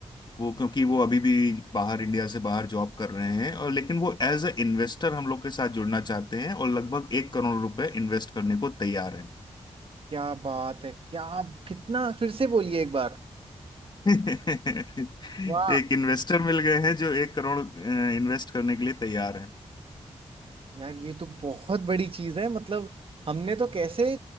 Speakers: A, on the left; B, on the right.
A: वो क्योंकि वो अभी भी बाहर इंडिया से बाहर जॉब कर रहे हैं और लेकिन वो एज ए इन्वेस्टर हम लोग के साथ जुड़ना चाहते हैं और लगभग एक करोड़ रुपए इन्वेस्ट करने को तैयार हैं
B: क्या बात है क्या कितना फिर से बोलिए एक बार
A: <laughs>
B: वाह
A: एक इन्वेस्टर मिल गए हैं जो एक करोड़ इन्वेस्ट करने के लिए तैयार हैं।
B: यार ये तो बहुत बड़ी चीज है मतलब हमने तो कैसे